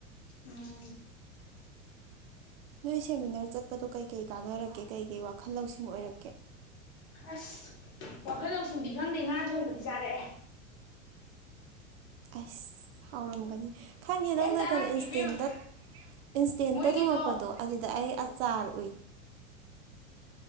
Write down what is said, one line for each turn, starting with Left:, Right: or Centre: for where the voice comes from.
Left: ꯎꯝ
Right: ꯅꯣꯏ ꯁꯦꯃꯤꯅꯥꯔ ꯆꯠꯄꯗꯣ ꯀꯩꯀꯩ ꯀꯥꯟꯅꯔꯛꯀꯦ ꯀꯩꯀꯩ ꯋꯥꯈꯜ ꯂꯧꯁꯤꯡ ꯑꯣꯏꯔꯛꯀꯦ
Left: ꯍꯁ ꯋꯥꯈꯜ ꯂꯧꯁꯤꯡꯗꯤ ꯈꯪꯗꯦ ꯉꯥ ꯊꯣꯡꯕꯗꯤ ꯆꯥꯔꯛꯑꯦ
Right: ꯑꯁ ꯍꯥꯎꯔꯝꯒꯅꯤ ꯈꯪꯉꯦ
Left: ꯀꯩꯝ
Right: ꯅꯪꯅ
Left: ꯇꯥꯔꯛꯇꯦ
Right: ꯀꯩꯅꯣ ꯏꯟꯁꯇꯦꯟꯇ
Left: ꯏꯕꯦꯝꯃ
Right: ꯏꯟꯁꯇꯦꯟꯇ
Left: ꯃꯣꯏꯒꯤꯗꯣ
Right: ꯊꯝꯃꯛꯄꯗꯣ ꯑꯗꯨꯗ ꯑꯩ ꯑꯆꯥꯔ ꯎ